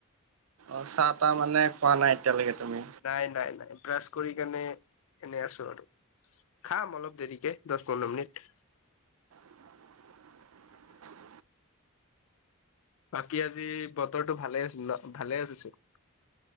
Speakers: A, on the right (about 75°); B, on the left (about 70°).
A: অ' চাহ তাহ মানে খোৱা নাই এতিয়ালৈকে তুমি?
B: নাই নাই নাই প্ৰাছ কৰি কেনে এনেই আছো আৰু। খাম অলপ দেৰিকে দহ পোন্ধৰ মিনিট
A: <inaudible>
B: বাকী আজি বতৰটো ভালে আছিল ন ভালে আছে।